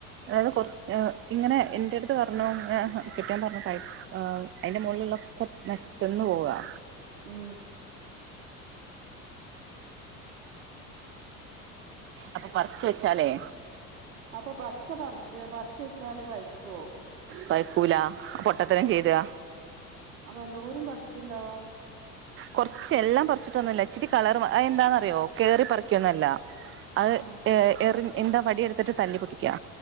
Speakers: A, on the right (about 30°); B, on the right (about 70°).
A: അതായത് കൊറച്. ഏഹ്. ഇങ്ങനെ എന്റടുത്ത് പറഞ്ഞുങ്ങനേ കെട്ടിയാൻ പറഞ്ഞു പൈ ആഹ് അയിന്റെ മോളില്ള്ളോക്കെ നശ് ത്ത്ന്നു പോവാ.
B: ഉം
A: അപ്പ പറച്ച് വെച്ചാലേ
B: അപ്പ പച്ച പറ പറച്ച് വെച്ചാല് പയ്ക്ക്വോ?
A: പൈക്കൂല. പൊട്ടത്തരം ചെയ്താ
B: അപ്പ എന്തോരും പർച്ചുണ്ടാവും?
A: കൊർച്ച് എല്ലാം പറിച്ചിട്ടൊന്നുല്ല. ഇച്ചിരി കളർ അത് എന്താന്നറിയോ? കേറി പറയ്ക്കൊന്ന്വല്ല. അത്
B: ആഹ്
A: ഏഹ് എറിൻ എന്താ വടി എടു ത്തിട്ട് തല്ലി പൊട്ടിക്കാ.